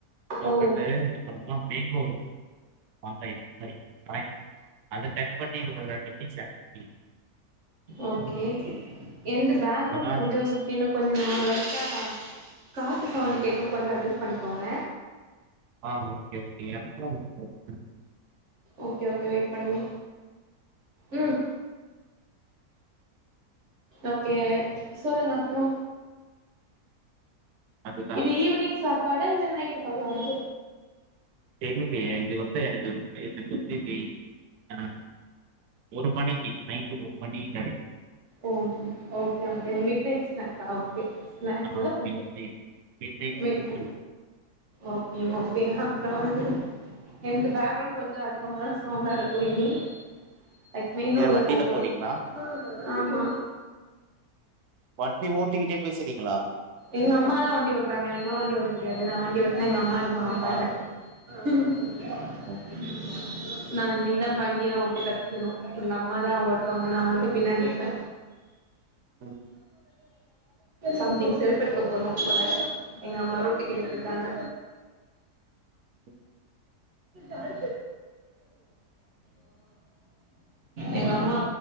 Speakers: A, on the right; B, on the right.
A: போட்டுட்டு
B: ஓ
A: <unintelligible> அடுத்த பட் <unintelligible>
B: ஓகே எந்து பேக்ரௌண்ட்
A: நல்லா
B: கொஞ்சொ
A: இருந்துச்சு.
B: இன்னு கொஞ்சொ நா லைட்டா காத்து சவுண்டு கேக்கு கொஞ்சொ அட்ஜஸ் பண்ணிக்கோங்க
A: ஆ okay okay <unintelligible>
B: okay okay wait பண்ணுங்க ம் ஓகே சொல்லுங்க அப்றோ
A: அதுதான்.
B: இது ஈவ்னிங் சாப்பாடா இல்ல நைட்டு சாப்பாடா
A: தெரிலையே இது வந்து எனக்கு <inaudible> ஆ ஒரு மணிக்கு நைட்டு ஒரு மணி <inaudible>
B: okay okay okay midnight ஸ்நாக்கா ஓகே ஸ்நாக்ஸ்
A: ஆ
B: இல்ல புட்டு
A: மிட் நைட் மிட் நைட்
B: மிட்நை
A: கூப்டு
B: ஓகே ஓகேங்க அப்றோ வந்து எந்து பேக்ரவுண்ட் கொஞ்சோ அதிகமா சவுண்டா இருக்கு இனி லைக் மெயின் ரோடுல
A: ஏன் வண்டியில
B: போ போது
A: போறீங்களா?
B: ஆமா
A: வண்டி ஓட்டிக்கிட்டே பேசுறீங்களா?
B: எங்க அம்மா தா வண்டி ஓட்டறாங்க எனக்குலா வண்டிஓட்ட தெரியாது நா வண்டிஓட்னா எங்க அம்மா இருக் ப்ப மாட்டாங்க
A: ஆ
B: ம்
A: <inaudible>
B: ம் நா இனிதா வண்டியெல்லா ஓட்ட கத்துகுணு எங்க அம்மா தா ஓட்வாங்க நா வந்து பின்னாடி ப்ப
A: ம்,
B: சம்திங் செருபெடுக்க போறோ போல எங்க அம்மா ரூட்டு கேட்டுட்ருக்காங்க
A: ம். <inaudible>
B: அ எங்க அம்மா